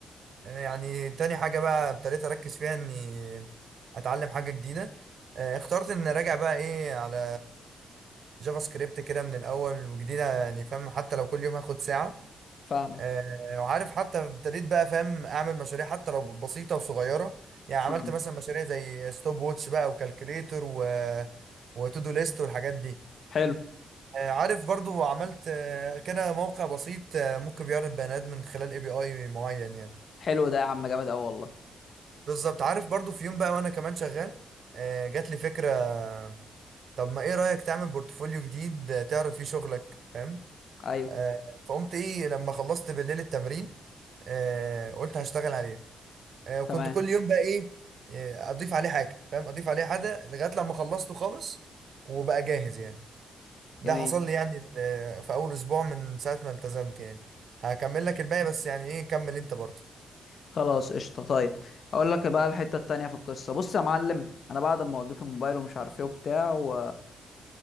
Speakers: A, on the right (about 65°); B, on the left (about 60°).
A: يعني تاني حاجة بقى ابتديت اركز فيها اني اتعلم حاجة جديدة آه، اخترت ان اراجع بقى ايه على جافا سكريبت كده من الاول وجديدة يعني فاهم حتى لو كل يوم هاخد ساعة
B: فاهمك
A: آه، وعارف حتى ابتديت بقى فاهم اعمل مشاريع حتى لو بسيطه وصغيره يعني
B: فاهمك
A: عملت مثلا مشاريع زي ستوب ووتش بقى وكالكوليتر و وتو دو ليست والحاجات دي
B: حلو
A: آه، عارف برضو عملت آه، كده موقع بسيط آه، ممكن بيعرض بيانات من خلال اي بي اي معين يعني
B: حلو ده يا عم جامد قوي والله
A: بالظبط عارف برضو في يوم بقى وانا كمان شغال آه، جات لي فكره طب ما ايه رايك تعمل بورتفوليو جديد آه، تعرض فيه شغلك فاهم
B: ايوه
A: آه، فقمت ايه لما خلصت بالليل التمرين آه، قلت هشتغل عليه آه، وكنت
B: تمام
A: كل يوم بقى ايه آه، اضيف عليه حاجه فاهم اضيف عليه حاجه لغايه لما خلصته خالص وبقى جاهز يعني ده
B: جميل
A: حصل لي يعني آه، في اول اسبوع من ساعه ما التزمت يعني هكمل لك الباقي بس يعني ايه كمل انت برضه
B: خلاص قشطه طيب اقول لك بقى الحته التانية في القصه بص يا معلم انا بعد ما وديت الموبايل ومش عارف ايه وبتاع و...